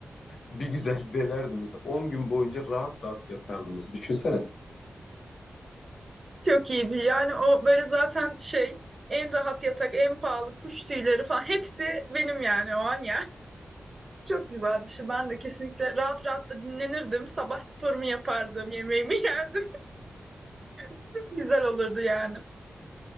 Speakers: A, on the left (about 80°); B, on the right (about 40°).
A: bir güzel delerdim Mesela 10 gün boyunca rahat rahat yatardım mesela. Düşünsene.
B: çok iyi bir yani o böyle zaten şey en rahat yatak en pahalı kuş tüyleri falan hepsi benim yani o an Çok güzel bir şey. Ben de kesinlikle rahat rahat da dinlenirdim. Sabah sporumu yapardım, yemeğimi yerdim. <laughs> Güzel olurdu yani.